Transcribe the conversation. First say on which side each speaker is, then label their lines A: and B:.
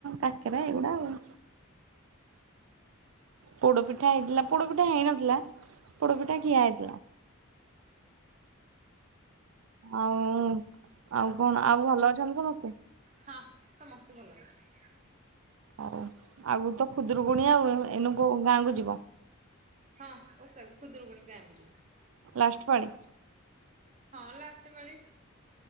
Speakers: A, on the right (about 70°); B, on the right (about 35°).
A: କାକେରା ଏଗୁଡା ଆଉ। ପୋଡପିଠା ହେଇଥିଲା ପୋଡପିଠା ହେଇନଥିଲା ପୋଡପିଠା ଖିଆ ହେଇଥିଲା। ଆଉ ଆଉ କଣ ଆଉ ଭଲ ଅଛନ୍ତି ସମସ୍ତେ।
B: ହଁ ସମସ୍ତେ ଭଲ ଅଛନ୍ତି।
A: ଆଉ ଆଗୁକୁ ଖୁଦୁରୁକୁଣୀ ଆଉ ଏଉ ଏଇନୁ କୋଉ ଗାଁକୁ ଯିବ।
B: ହଁ ଓଷାକୁୁ ଖୁଦୁରକୁଣୀ ଗାଁକୁ ଯିବି।
A: ଲାଷ୍ଟ ପାଳି।
B: ହଁ ଲାଷ୍ଟେ ପାଳି।